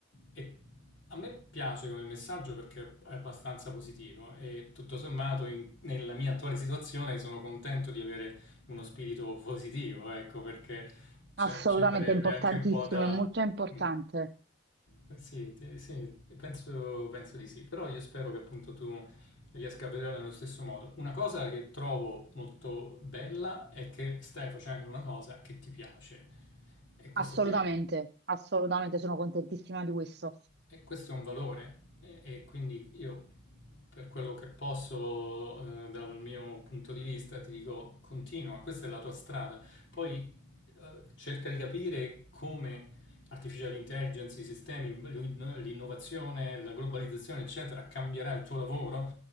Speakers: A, on the left (about 75°); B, on the right (about 55°).
A: e a me piace come messaggio perché è abbastanza positivo e tutto sommato in- nella mia attuale situazione sono contento di avere uno spirito positivo, ecco, perché cioè,
B: Assolutamente
A: ci sarebbe
B: è importantissimo,
A: anche un po' da...
B: è molto importante.
A: Mm. Eh Sì, ti- sì, penso, penso di sì, però io spero che appunto tu riesca a vederla nello stesso modo. Una cosa che trovo molto bella è che stai facendo una cosa che ti piace e questo
B: Assolutamente,
A: qui è...
B: assolutamente sono contentissima di questo.
A: E questo è un valore e, e quindi io per quello che posso eh, dal mio punto di vista ti dico continua, questa è la tua strada. Poi eh, cerca di capire come artificial intelligence, i sistemi, l'in- l'innovazione, la globalizzazione, eccetera, cambierà il tuo lavoro,